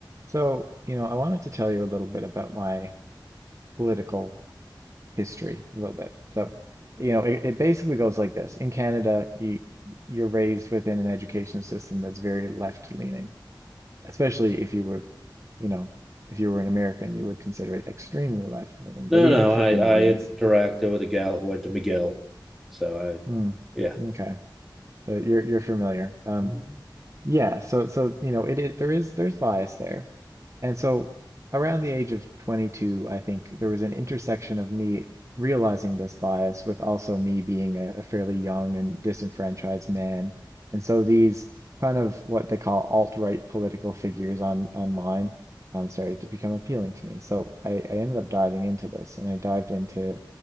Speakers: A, on the right (about 40°); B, in the centre.
A: So, you know, I wanted to tell you a little bit about my political history, a little bit. So, you know, it, it basically goes like this. In Canada, you, you're raised within an education system that's very left-leaning, especially if you were, you know, if you were an American, you would consider it extremely left-leaning.
B: No,
A: But even
B: no, no.
A: for
B: I
A: Canadians,
B: I interacted with a gal who went to McGill, so I,
A: hmm,
B: yeah.
A: okay, so you're you're familiar. Um,
B: Mhm.
A: yeah, so so you know, it, it there is there's bias there. And so around the age of 22, I think there was an intersection of me realizing this bias with also me being a, a fairly young and disenfranchised man. And so these kind of what they call alt-right political figures on online um, started to become appealing to me. So I, I ended up diving into this and I dived into,